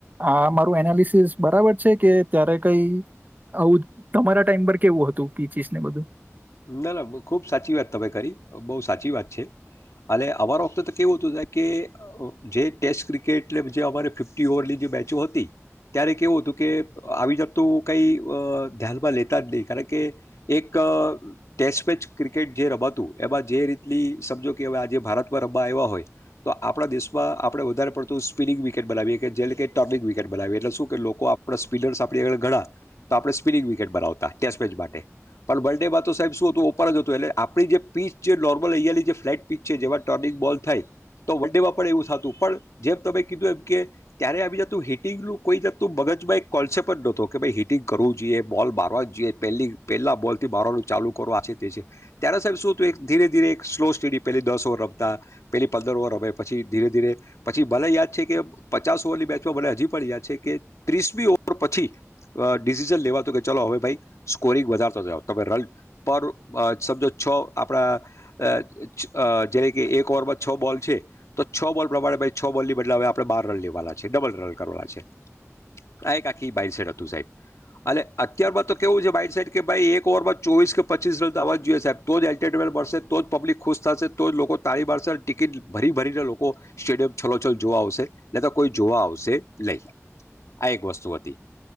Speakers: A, on the right; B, on the left.
A: આ મારું એનાલિસિસ બરાબર છે કે ત્યારે કઈ આવું તમારા ટાઈમ પર કેવું હતું પીચીસ ને બધું.
B: ના ના ખૂબ સાચી વાત તમે કરી બહુ સાચી વાત છે અને અમારા વખતે તો કેવું હતું સાહેબ કે જે ટેસ્ટ ક્રિકેટ એટલે જે અમારે ફિફ્ટી ઓવરની જે બેચો હતી ત્યારે કેવું હતું કે આવી જાતનું કઈ અ ધ્યાનમાં લેતા જ નહીં કારણ કે એક ટેસ્ટ મેચ ક્રિકેટ જે રમાતું એમાં જે રીતલી સમજો કે હવે આજે ભારતમાં રમવા આવ્યા હોય તો આપણા દેશમાં આપણે વધારે પડતું સ્પિનિંગ વિકેટ બનાવીએ કે જેલીથી કે ટોપિંગ વિકેટ બનાવીએ એટલે શું કે લોકો આપણા સ્પિનર્સ આપણી આગળ ગણા તો આપણે સ્પિનિંગ વિકેટ બનાવતા ટેસ્ટ મેચ માટે પણ વર્લ્ડ ડે બાદ તો સાહેબ શું હતું ઓપન જ હતું એટલે આપણી જે પીચ જે નોર્મલ અહીંયા ની જે ફ્લેટ પીચ છે જેમાં ટર્નિંગ બોલ થાય તો વન ડેમાં પણ એવું થાતું પણ જેમ તમે કીધું એમ કે ત્યારે આવી જાતનું હિટિંગનું કોઈ જાતનું મગજમાં એક કોન્સેપ્ટ જ નોતો કે ભાઈ હિટિંગ કરવું જોઈએ બોલ મારવા જોઈએ પેલી પહેલા બોલ થી મારવાનું ચાલુ કરો આ છે તે છે ત્યારે સાહેબ શું હતું એક ધીરે ધીરે એક સ્લો સ્ટીડી પહેલી દસ ઓવર રમતા પેલી પંદર ઓવર રમે પછી ધીરે ધીરે પછી મને યાદ છે કે પચાસ ઓવરની મેચમાં મને હજી પણ યાદ છે કે ત્રીસમી ઓવર પછી અ ડિસિઝન લેવાતું કે ચલો હવે ભાઈ સ્કોરિંગ વધારતા જાવ તમે રન પર સમજો છ આપણા અ જ્યારે કે એક ઓવરમાં છ બોલ છે તો છ બોલ પ્રમાણે ભાઈ છ બોલની બદલે હવે આપણે બાર રન લેવાના છે ડબલ રન કરવાના છે આ એક આખી માઈન્ડસેટ હતું સાહેબ અને અત્યારમાં તો કેવું છે માઈન્ડસેટ કે ભાઈ એક ઓવરમાં ચોવીસ કે પચીસ રન તો આવવા જ જોઈએ સાહેબ તો જ એન્ટેન્ટ મલશે તો જ પબ્લિક ખુશ થાશે તો જ લોકો તાળી પાડશે અને ટિકિટ ભરી ભરીને લોકો સ્ટેડિયમ છલોછલ જોવા આવશે નઈ તો કોઈ જોવા આવશે નઈ આ એક વસ્તુ હતી